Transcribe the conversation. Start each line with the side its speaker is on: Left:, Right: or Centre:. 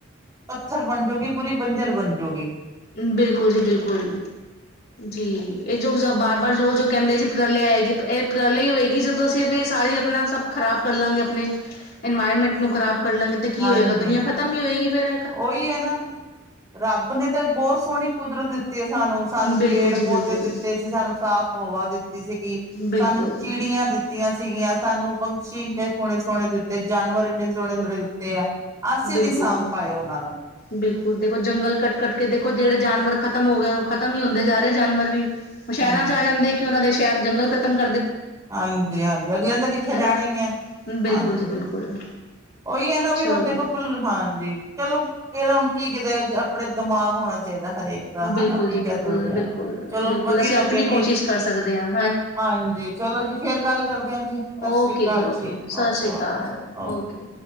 Right: ਪੱਥਰ ਬਣਜੂਗੀ ਪੂਰੀ ਬੰਜਰ ਬਣ ਜਾਊਗੀ।
Left: ਬਿਲਕੁਲ ਜੀ ਬਿਲਕੁਲ ਜੀ ਇਹ ਜੋ ਬਾਰ ਬਾਰ ਲੋਕ ਜੋ ਕਹਿੰਦੇ ਜੀ। ਉਪਰਾਲੇ ਆਏਗੀ ਇਹਪਾਲੇ ਹੋਏਗੀ ਜਦੋਂ ਅਸੀਂ ਸਾਰੇ ਆਪਣਾ ਸਭ ਖ਼ਰਾਬ ਕਰ ਲਾਂਗੇ ਆਪਣੇ ਇਨਵਾਇਰਮੈਂਟ ਨੂੰ ਖ਼ਰਾਬ ਕਰ ਲਾਂਗੇ ਤੇ ਕੀ
Right: ਹਾਂਜੀ
Left: ਹੋਏਗਾ ਦੁਨੀਆਂ ਖਤਮ ਹੀ ਹੋਏਗੀ ਫਿਰ
Right: ਉਹੀ ਹੈ ਨਾ ਰੱਬ ਨੇ ਤਾਂ ਬਹੁਤ ਸੋਹਣੀ ਕੁਦਰਤ ਦਿੱਤੀ। ਸਾਨੂੰ ਸਾਨੂੰ
Left: ਬਿਲਕੁਲ
Right: ਪੇੜ
Left: ਜੀ
Right: ਪੌਦੇ
Left: ਬਿਲਕੁਲ
Right: ਦਿੱਤੇ ਸੀ ਸਾਨੂੰ ਸਾਫ਼ ਹਵਾ ਦਿੱਤੀ ਸੀਗੀ
Left: ਬਿਲਕੁਲ
Right: ਸਾਨੂੰ ਚਿੜੀ ਦਿੱਤੀਆਂ ਸੀਗੀਆਂ। ਸਾਨੂੰ ਪੰਛੀ ਇੰਨੇ ਸੋਹਣੇ ਸੋਹਣੇ ਦਿੱਤੇ ਜਾਨਵਰ ਇੰਨੇ ਸੋਹਣੇ ਸੋਹਣੇ ਦਿੱਤੇ ਆ ਅਸੀਂ
Left: ਬਿਲਕੁਲ
Right: ਨੀ ਸਾਂਭ ਪਾਏ ਉਹਨਾਂ ਨੂੰ
Left: ਬਿਲਕੁਲ ਦੇਖੋ ਜੰਗਲ ਕੱਟ ਕੱਟ ਕੇ ਦੇਖੋ ਜਿਹੜੇ ਜਾਨਵਰ ਖਤਮ ਹੋ ਗਏ ਉਹਨੂੰ ਖਤਮ ਹੀ ਹੁੰਦੇ ਜਾ ਰਹੇ ਜਾਨਵਰ ਵੀ ਸ਼ਹਿਰਾਂ
Right: ਹਮ
Left: ਚ ਆ ਜਾਂਦੇ ਕਿ ਉਹਨਾਂ ਦੇ <unintelligible> ਜੰਗਲ ਖਤਮ
Right: ਹਾਂਜੀ ਹਾਂਜੀ ਅਗਲੇ ਦਿਨ ਤਾਂ ਕਿੱਥੇ ਰਹਿਣੇ
Left: ਹਨਾ
Right: ਹੀ ਹੈ
Left: ਬਿਲਕੁਲ
Right: ਹਾਂਜੀ।
Left: ਜੀ ਬਿਲਕੁਲ
Right: ਉਹੀ ਹੈ ਨਾ ਵੀ
Left: ਚਲੋ
Right: ਹੁਣ ਦੇਖੋ ਭੁੱਲ ਹਾਂਜੀ ਚਲੋ ਫਰ ਹੁਣ ਕੀ ਕਿਤੇ ਆਪਣਾ ਦਿਮਾਗ ਹੋਣਾ ਚਾਹੀਦਾ। ਹਰੇਕ ਦਾ ਹਨਾ
Left: ਬਿਲਕੁਲ
Right: ਕੀ
Left: ਜੀ
Right: ਕਹਿੋਦੇ
Left: ਬਿਲਕੁਲ, ਬਿਲਕੁਲ,
Right: ਹ ਚਲੋ
Left: ਬਿਲਕੁਲ
Right: ਵਧੀਆ
Left: ਅਸੀਂ
Right: ਲੱਗਿਆ
Left: ਆਪਣੀ
Right: ਜੀ
Left: ਕੋਸ਼ਿਸ਼ ਕਰ ਸਕਦੇ ਹਾਂ
Right: ਹਾਂਜੀ। ਚਲੋ ਜੀ ਫੇਰ ਗੱਲ ਕਰਦੇ ਆ ਜੀ ਸਤਿ
Left: ਓਕੇ
Right: ਸ੍ਰੀ ਅਕਾਲ
Left: ਓਕੇ,
Right: ਜੀ
Left: ਸਤਿ
Right: ਓਕੇ
Left: ਸ਼੍ਰੀ ਅਕਾਲ
Right: ਓਕੇ।
Left: ਓਕੇ।